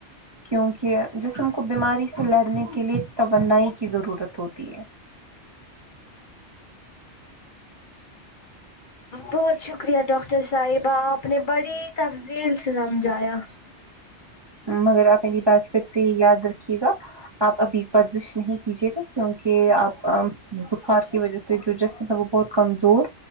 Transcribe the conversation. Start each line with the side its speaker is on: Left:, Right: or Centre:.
Right: کیونکہ جسم کو بیماری سے لڑنے کے لیے توانائی کی ضرورت ہوتی ہے
Left: بہت شکریہ ڈاکٹر صاحبہ آپ نے بڑی تفذیل سے سمجھایا
Right: مگر آپ میری بات پھر سے یاد رکھیے گا آپ ابھی ورزش نہیں کیجیے گا کیونکہ آپ اب بخار کی وجہ سے جو جسم ہے وہ بہت کمزور